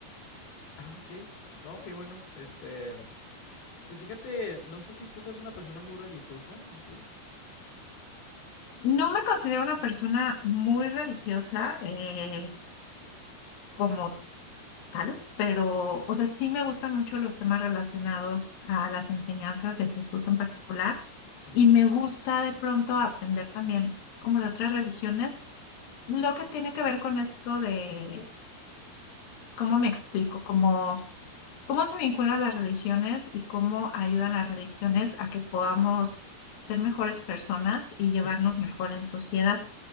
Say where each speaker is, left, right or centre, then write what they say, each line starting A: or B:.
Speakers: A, on the left; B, on the left.
A: Ah, ok. No, qué bueno. Este, pues fíjate, no sé si tú seas una persona muy religiosa en sí.
B: No me considero una persona muy religiosa eh, como tal, pero, o sea, sí me gustan mucho los temas relacionados a las enseñanzas de Jesús en particular
A: Mm,
B: y me gusta de pronto aprender también como de otras religiones Lo que tiene que ver con esto de cómo me explico, cómo, cómo se vinculan las religiones y cómo ayudan las religiones a que podamos ser mejores personas y llevarnos
A: sí,
B: mejor en sociedad.